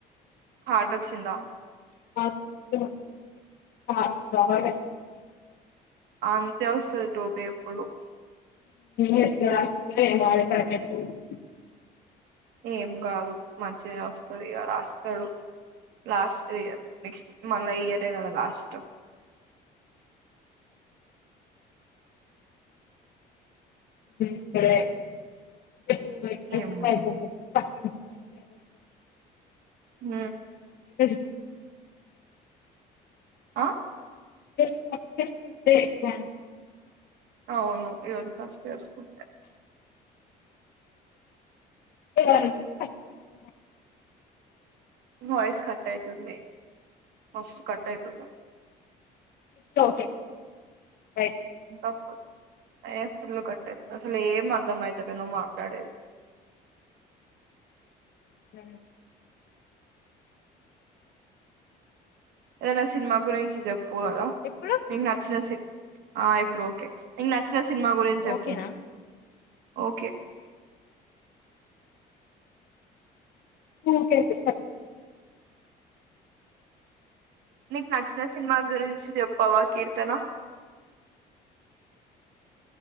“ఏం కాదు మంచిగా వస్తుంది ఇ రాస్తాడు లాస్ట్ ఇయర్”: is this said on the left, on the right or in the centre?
Right